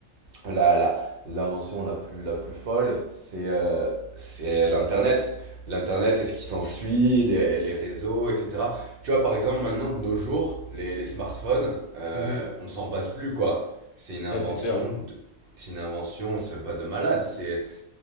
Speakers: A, on the right (about 60°); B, on the left (about 65°).
A: la, la- l'invention la plus, la plus folle, c'est euh, c'est l'Internet. L'Internet et ce qui s'ensuit, les, les réseaux, etc. Tu vois, par exemple, maintenant, de nos jours, les, les smartphones, euh,
B: Mhm.
A: on s'en passe plus, quoi. C'est une invention,
B: Ouais, c'est clair.
A: de- c'est une invention, c'est même pas de malade, c'est